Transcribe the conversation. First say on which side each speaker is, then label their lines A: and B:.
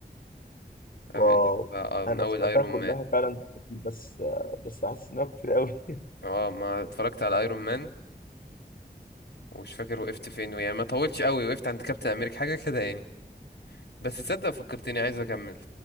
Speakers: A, on the left; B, on the left.
A: واو
B: أنا بن- آه، من
A: انا
B: اول
A: سمعتها
B: ايرون
A: كلها
B: مان
A: فعلا بس بس حاسس انها كتير قوي <laughs>
B: اه ما اتفرجت على ايرون مان ومش فاكر وقفت فين يعني ما طولتش قوي وقفت عند كابتن امريكا حاجه كده يعني بس تصدق فكرتني عايز اكمل